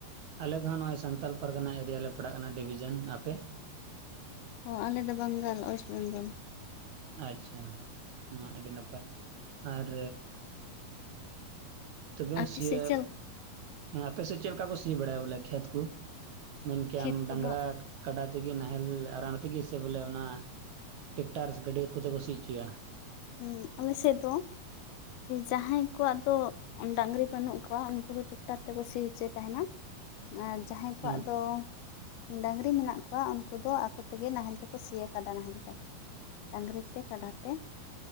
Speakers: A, on the right (about 65°); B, on the left (about 85°).
A: ᱟᱞᱮ ᱫᱚ ᱦᱚᱜ ᱱᱚᱜᱼᱚᱭ ᱥᱟᱱᱛᱟᱞ ᱯᱟᱨᱜᱟᱱᱟ ᱮᱨᱤᱭᱟ ᱞᱮ ᱯᱟᱲᱟᱜ ᱠᱟᱱᱟ ᱰᱤᱵᱷᱤᱡᱮᱱ᱾ ᱟᱯᱮ?
B: ᱦᱚ ᱟᱞᱮᱫ ᱫᱚ ᱵᱟᱝᱜᱟᱞ ᱚᱭᱮᱥᱴ ᱵᱮᱝᱜᱚᱞ᱾
A: ᱟᱪᱪᱷᱟ ᱢᱟ ᱟᱹᱰᱤ ᱱᱟᱯᱟᱭ ᱟᱨᱻ ᱛᱚᱵᱮ
B: ᱟᱯᱮ
A: ᱥᱤᱭᱟᱹᱜ,
B: ᱥᱮᱫ ᱪᱮᱫ ᱞᱮᱠᱟ
A: ᱟᱯᱮ ᱥᱮᱫ ᱪᱮᱫ ᱞᱮᱠᱟ ᱠᱚ ᱥᱤ ᱵᱟᱲᱟᱭᱟ ᱵᱚᱞᱮ ᱠᱷᱮᱛ ᱠᱩ? ᱢᱮᱱ ᱠᱮᱜᱟᱢ
B: ᱠᱷᱮᱛ ᱠᱚᱫᱚ
A: ᱰᱟᱝᱨᱟ ᱠᱟᱰᱟ ᱛᱮᱜᱮ ᱱᱟᱦᱮᱞ ᱟᱸᱨᱟᱱ ᱛᱮᱜᱮ ᱥᱮ ᱵᱚᱞᱮ ᱚᱱᱟ ᱴᱮᱠᱴᱟᱨ ᱜᱟᱹᱰᱤ ᱠᱚᱛᱮ ᱠᱚ ᱥᱤ ᱚᱪᱚᱭᱟ?
B: ᱦᱩᱸ ᱟᱞᱮᱥᱮᱫ ᱫᱚ ᱡᱟᱦᱟᱸᱭ ᱠᱚᱣᱟᱜ ᱫᱚ, ᱰᱟᱝᱨᱤ ᱵᱟᱹᱱᱩᱜ ᱠᱚᱣᱟ ᱩᱱᱠᱩ ᱫᱚ ᱴᱨᱟᱠᱴᱟᱨ ᱛᱮᱠᱚ ᱥᱤ ᱦᱚᱪᱚᱭ ᱛᱟᱦᱮᱱᱟ, ᱟᱨ ᱡᱟᱦᱟᱸᱭ ᱠᱚᱣᱟᱜ
A: ᱦᱩᱸ
B: ᱫᱚ, ᱰᱟᱹᱟᱝᱨᱤ ᱢᱮᱱᱟᱜ ᱠᱚᱣᱟ ᱩᱱᱠᱩ ᱫᱚ ᱟᱠᱚ ᱛᱮᱜᱮ ᱱᱟᱦᱮᱞ ᱛᱮᱠᱚ ᱥᱤᱭᱟ ᱠᱟᱰᱟ ᱱᱟᱦᱮᱞ ᱛᱮ᱾ ᱰᱟᱹᱝᱨᱤ ᱛᱮ ᱠᱟᱰᱟ ᱛᱮ,